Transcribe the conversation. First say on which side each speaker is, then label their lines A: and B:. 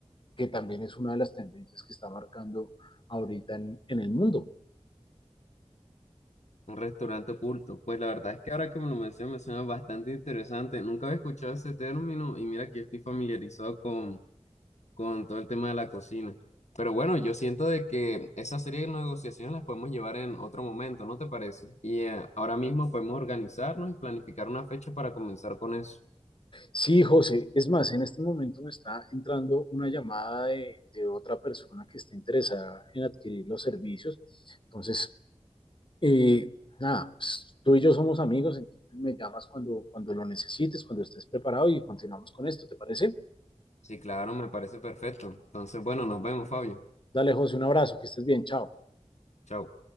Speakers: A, on the left; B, on the left.
A: que también es una de las tendencias que está marcando ahorita en, en el mundo.
B: Un restaurante oculto. Pues la verdad es que ahora que me lo mencionas, me suena bastante interesante. Nunca había escuchado ese término y mira que yo estoy familiarizado con, con todo el tema de la cocina. Pero bueno, yo siento de que esa serie de negociaciones las podemos llevar en otro momento, ¿no te parece? Y eh, ahora mismo podemos organizarnos y planificar una fecha para comenzar con eso.
A: Sí, José, es más, en este momento me está entrando una llamada de, de otra persona que está interesada en adquirir los servicios. Entonces, eh, nada, pues, tú y yo somos amigos, entonces me llamas cuando, cuando lo necesites, cuando estés preparado y continuamos con esto, ¿te parece?
B: Sí, claro, me parece perfecto. Entonces, bueno, nos vemos, Fabio.
A: Dale, José, un abrazo, que estés bien, chao.
B: Chao.